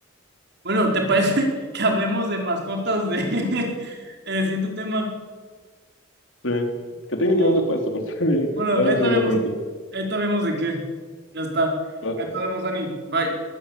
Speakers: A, on the right; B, on the left.
A: Bueno, ¿te parece <laughs> que hablemos de mascotas de <laughs> en el siguiente tema?
B: Sí, que técnicamente
A: O,
B: fue eso, pero <laughs> está bien.
A: bueno,
B: Le
A: ahorita
B: damos segunda
A: vemos.
B: parte.
A: Ahorita vemos de qué. Ya está.
B: Va.
A: Ahorita vemos, Dani. Bye.